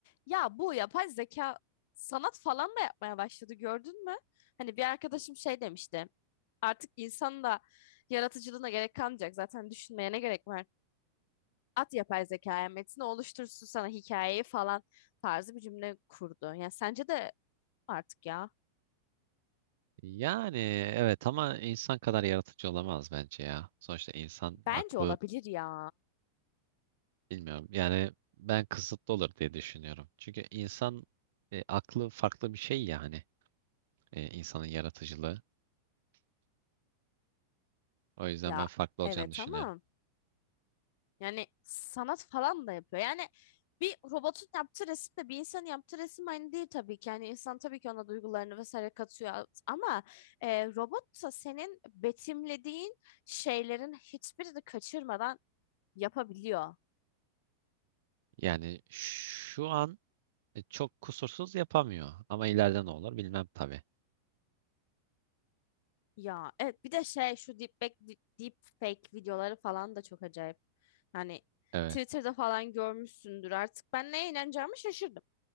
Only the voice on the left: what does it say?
Ya bu yapay zeka sanat falan da yapmaya başladı gördün mü? Hani bir arkadaşım şey demişti. Artık insanın da yaratıcılığına gerek kalmayacak. Zaten düşünmeye ne gerek var? At yapay zekaya metni oluştursun sana hikayeyi falan tarzı bir cümle kurdu. Yani sence de artık ya.
Bence olabilir ya.
Ya
evet
ama Yani sanat falan da yapıyor. Yani bir robotun yaptığı resimle bir insanın yaptığı resim aynı değil tabii ki. Yani insan tabii ki ona duygularını vesaire katıyor. Ama e, robot da senin betimlediğin şeylerin hiçbirini kaçırmadan yapabiliyor.
Ya evet bir de şey şu deepfake, deepfake videoları falan da çok acayip. Hani
Twitter'da falan görmüşsündür artık. Ben neye inanacağımı şaşırdım.